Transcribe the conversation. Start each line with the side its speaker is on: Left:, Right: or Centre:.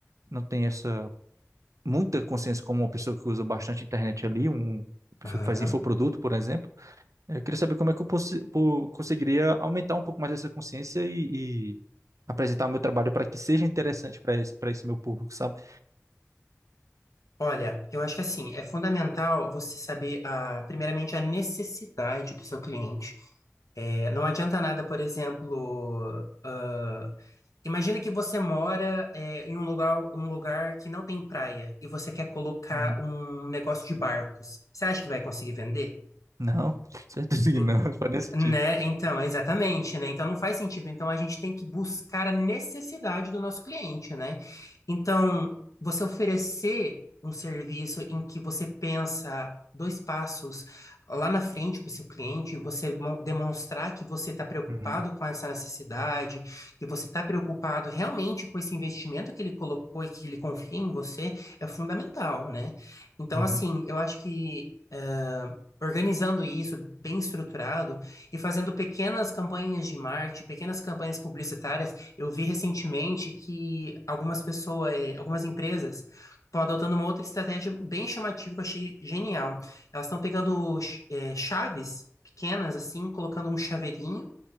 Right: Não tem essa, muita consciência como uma pessoa que usa bastante internet ali, um, uma pessoa
Left: aham.
Right: que faz infoproduto, por exemplo. eh, Eu queria saber como é que eu possi- po- conseguiria aumentar um pouco mais essa consciência e, e apresentar meu trabalho para que seja interessante para esse, para esse meu público, sabe?
Left: Olha, eu acho que assim, é fundamental você saber, ah, primeiramente, a necessidade do seu cliente. É, não adianta nada, por exemplo, ah, imagina que você mora, é, em um lugar, um lugar que não tem praia e você quer colocar
Right: Uhum.
Left: um negócio de barcos. Você acha que vai conseguir vender?
Right: Não, <laughs> com certeza que
Left: Ent-
Right: não, <laughs> faz nem sentido.
Left: Né? Então, exatamente, né? Então não faz sentido. Então a gente tem que buscar a necessidade do nosso cliente, né? Então, você oferecer um serviço em que você pensa dois passos lá na frente para o seu cliente, você mo- demonstrar que você está preocupado
Right: Uhum,
Left: com essa necessidade, que você está preocupado realmente com esse investimento que ele colocou e que ele confia em você, é fundamental, né? Então,
Right: uhum.
Left: assim, eu acho que. eh, organizando isso bem estruturado e fazendo pequenas campanhas de marketing, pequenas campanhas publicitárias. Eu vi recentemente que algumas pessoas, algumas empresas estão adotando uma outra estratégia bem chamativa que eu achei genial. Elas estão pegando eh, chaves pequenas assim, colocando um chaveirinho.